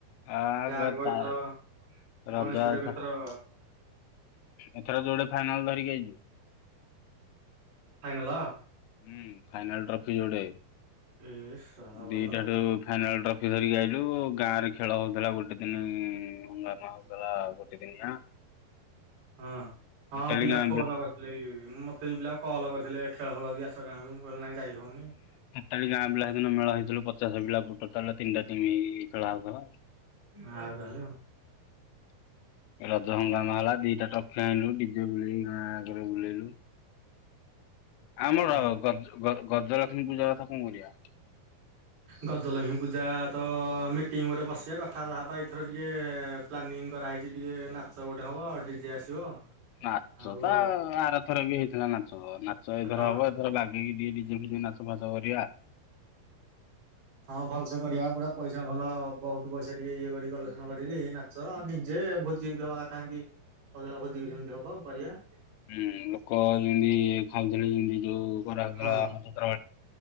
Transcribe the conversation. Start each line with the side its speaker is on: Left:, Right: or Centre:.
Left: ଆ
Right: ଗାଁ
Left: ଗ
Right: ରେ କ
Left: ତା
Right: ଏଥର
Left: ରଜ
Right: ଗଣେଶ ପୂଜା
Left: ଏଥ
Right: କ ଏଥର
Left: ଏଥର ଜୋରେ ଫାଇନାଲ୍ ଧରିକି ଆ
Right: ଫାଇନାଲ।
Left: ହୁଁ ଫାଇନାଲ ଟ୍ରଫି ଯୋଡ଼େ
Right: ଏ ଶଳା
Left: ଦିଟା
Right: ଭଲ ଆଉ
Left: ରୁ ଫାଇନାଲ୍ ଟ୍ରଫି ଧରିକି ଆଇଲୁ ଗାଁରେ ଖେଳ ହେଉଥିଲା ଗୋଟେ ଦିନ ହଙ୍ଗାମା ହୋଉଥିଲା ଦି ଦିନିଆ
Right: ହଁ ହଁ
Left: ଟୋଟାଲି
Right: ପିଲା
Left: ଗାଁ
Right: ଫୋନ୍ କରିଥିଲେ ବି ମତେ ବି ପିଲା କଲ୍ କରିଥିଲେ ଖେଳ ଖେଳ ବି ଆସି ତା ଗାଁ କୁ ମୁ କହିଲି ନାଇଁ ଯାଇ ହଉନି।
Left: ଖାଲି ଗାଁ ପିଲା ସେଦିନ ମେଳ ହେଇଥିଲୁ ପଚାଶ ପିଲା ଟୋଟାଲେ ତିନିଟା ଟିମ୍ ଖେଳା ହେଉଥିଲା।
Right: ଆଉ ତାହାଲେ ହଉ।
Left: ରଜ ହଙ୍ଗାମା ହେଲା ହେଲା ଦିଟା ଟପନେ ଆଣିଲୁ ଡିଜେ ବୁଲେଇକି ଗାଁ ଯାକରେ ବୁଲେଇଲୁ। ଆମର
Right: ହଁ।
Left: ଗଜ ଗଜଲକ୍ଷ୍ମୀ ପୂଜା କଥା କଣ କରିବା?
Right: ଗଜଲକ୍ଷ୍ମୀ ପୂଜା ତ ମିଟିଂ ଗୋଟେ ବସିବା କଥାବାର୍ତ୍ତା ହେବା ଏଥର ଟିକେ ପ୍ଲାନିଂ କରାହେଇଛି ଟିକେ ନାଚ ଗୋଟେ ହବ ଡିଜେ ଆସିବ।
Left: ନାଚ
Right: ଆଉ
Left: ନା ଆରଥର ବି ହେଇଥିଲା ନାଚ ନାଚ ଏଥର
Right: ହଁ
Left: ହବ ଏଥର ବା ଡି ଡି ଡିଜେ ବଜେଇ ନାଛ ଫାଚ କରିବା।
Right: ହଁ ଭଲସେ କରିବା ପୁରା ପଇସା ଭଲ ବହୁତ୍ ପଇସା ଟିକେ ଇଏ କରି କଲେକ୍ସନ କରିକି ନା ଚ ଡିଜେ ଭୋଜି ଯେମତି ହବା କଥା ହେନ୍ତି <unintelligible> ଭୋଜି ବି ସେମତି ହବ କରିବା।
Left: ହୁଁ ଲୋକ ଯେମତି ଖାଉଥିଲେ ଯେମତି ଯୋଉ ବରା
Right: ହଁ
Left: ଫରା <unintelligible> ହୁଁ